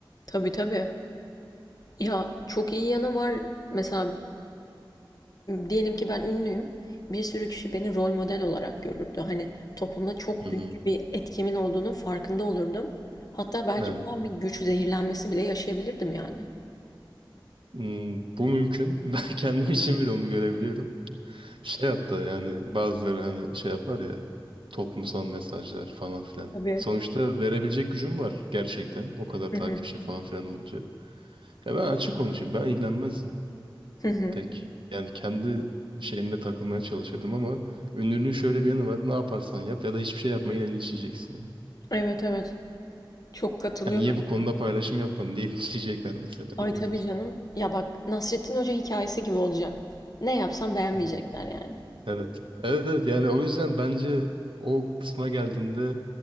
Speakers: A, on the left; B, on the right.
A: Tabii tabii. Ya çok iyi yanı var. Mesela diyelim ki ben ünlüyüm. Bir sürü kişi beni rol model olarak görürdü. Hani toplumda çok
B: Hı hı.
A: büyük bir etkimin olduğunu farkında olurdum. Hatta belki
B: Evet.
A: bundan bir güç zehirlenmesi bile yaşayabilirdim yani.
B: Hmm, bu mümkün. <laughs> Ben kendim için bile onu görebiliyorum. Şey hatta yani bazıları hani şey yapar ya. Toplumsal mesajlar falan filan.
A: Tabii.
B: Sonuçta verebilecek gücüm var gerçekten. O kadar
A: Hı
B: takipçim
A: hı.
B: falan filan olunca. Ya ben açık konuşayım. Ben ilgilenmezdim.
A: Hı hı.
B: pek. Yani kendi şeyinde takılmaya çalışırdım ama ünlülüğün şöyle bir yanı var. Ne yaparsan yap ya da hiçbir şey yapma yine linçleyeceksin yani.
A: Evet evet. Çok katılıyorum
B: Yani niye bu
A: buna.
B: konuda paylaşım yapmadın diye <laughs> linçleyecekler mesela
A: Ay
B: illaki.
A: tabii canım. Ya bak Nasrettin Hoca hikayesi gibi olacak. Ne yapsam beğenmeyecekler
B: Hmm.
A: yani.
B: Evet. Evet evet yani o yüzden bence o kısma geldiğinde